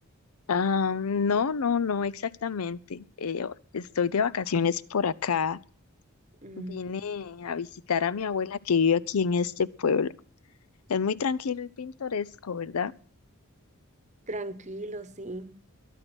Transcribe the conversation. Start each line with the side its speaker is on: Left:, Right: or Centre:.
Left: Ah, no, no, no, exactamente. Eh, estoy de vacaciones por acá.
Right: Mm,
Left: Vine a visitar a mi abuela que vive aquí en este pueblo. Es muy tranquilo y pintoresco, ¿verdad?
Right: tranquilo, sí.